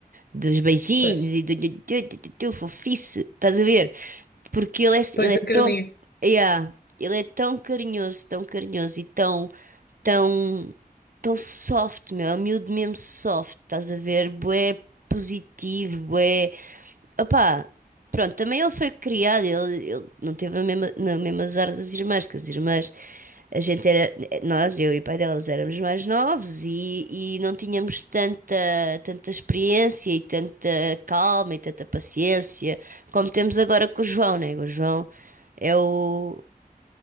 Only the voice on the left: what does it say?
Pois,
pois
acredito.